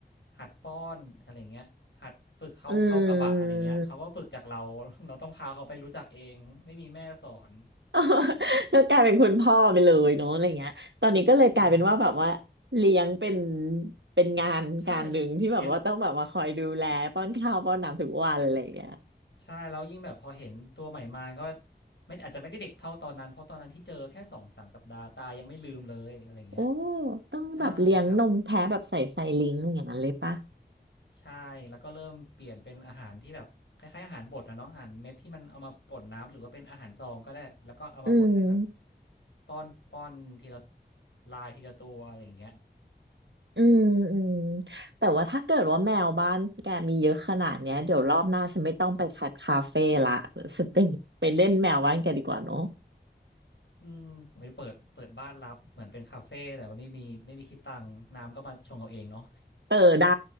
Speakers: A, on the left; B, on the right.
A: หัดป้อนอะไรเงี้ยหัดฝึกเขาเข้ากระบะอะไรเงี้ยเขาก็ฝึกจากเราเราต้องพาเขาไปรู้จักเองไม่มีแม่สอน
B: อืมอ๋อ <laughs> ก็กลายเป็นคุณพ่อไปเลยเนาะอะไรเงี้ยตอนนี้ก็เลยกลายเป็นว่าแบบว่า
A: ใช่
B: เลี้ยงเป็นเป็นงานการหนึ่งที่แบบว่าต้องแบบว่าคอยดูแลป้อนข้าวป้อนน้ำทุกวันอะไรเงี้ย
A: ใช่เลี้ยง ใช่แล้วยิ่งแบบพอเห็นตัวใหม่มาก็ไม่อาจจะไม่ได้เด็กเท่าตอนนั้นเพราะตอนนั้นที่เจอแค่2-3สามสัปดาห์ตายังไม่ลืมเลยอะไรอย่างเงี้ย
B: โอ้ต้องแบบเลี้ยงนมแพะแบบใส่ไซลิงก์อย่างนั้นเลยปะ
A: ใช่แต่ใช่แล้วก็เริ่มเปลี่ยนเป็นอาหารที่แบบคล้ายๆอาหารบดอะเนาะอาหารเม็ดที่มันเอามาป่นน้ำหรือว่าเป็นอาหารซองก็ได้แล้วก็เอามาบดให้แบบ
B: อืม
A: ป้อนป้อนทีละลายทีละตัวอะไรอย่างเงี้ย
B: อืมอืมแต่ว่าถ้าเกิดว่าแมวบ้านแกมีเยอะขนาดเนี้ยเดี๋ยวรอบหน้าฉันไม่ต้องไปคัดคาเฟ่ละฉันไปไปเล่นแมวบ้านแกดีกว่าเนอะ
A: <laughs> อืมไปเปิดเปิดบ้านรับเหมือนเป็นคาเฟแต่ว่าไม่มีไม่มีคิดตังค์น้ำก็มาชงเอาเองเนาะ
B: เออได้